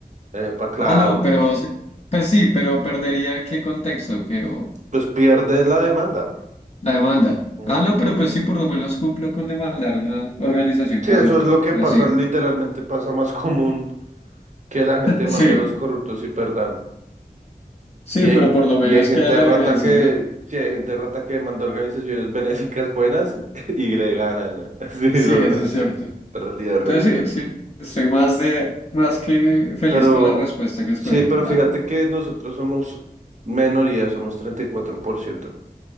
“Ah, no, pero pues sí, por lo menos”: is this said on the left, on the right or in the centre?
Left